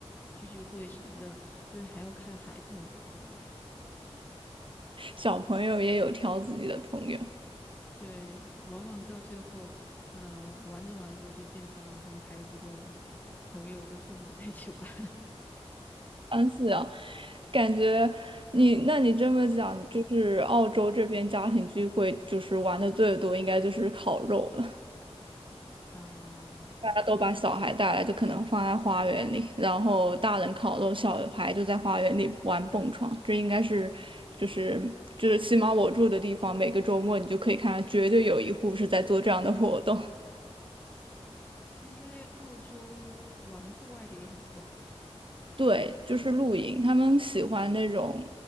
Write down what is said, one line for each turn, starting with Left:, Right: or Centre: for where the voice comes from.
Left: 聚聚会什么的，对，还要看孩子们合不合得来。
Right: 小朋友也有挑自己的朋友，
Left: 对，往往到最后，呃，玩着玩着就变成了跟孩子的朋友的父母 <laughs> 在一起玩。
Right: 但是啊，感觉你那你这么讲，就是澳洲这边家庭聚会就是玩的最多，应该就是烤肉了。
Left: <laughs> 啊、
Right: 大家都把小孩带来，就可能放在花园里，然后大人烤肉，小孩就在花园里玩蹦床。这应该是，就是就是，起码我住的地方，每个周末你就可以看到，绝对有一户是在做这样的活动。
Left: 应该澳洲玩户外的也很多吧？
Right: 对，就是露营，他们喜欢那种